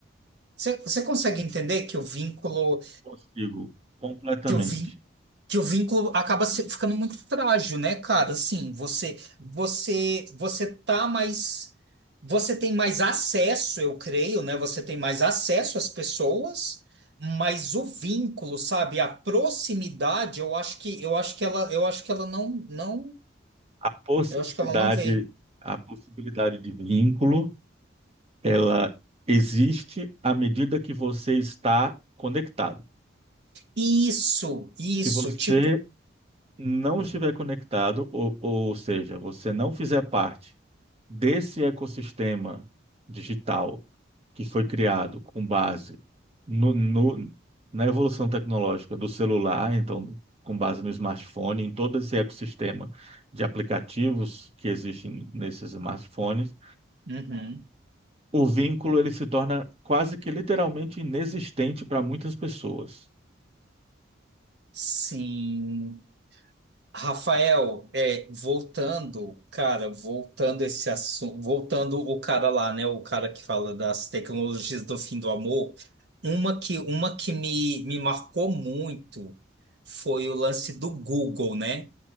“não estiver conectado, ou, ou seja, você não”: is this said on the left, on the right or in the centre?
Right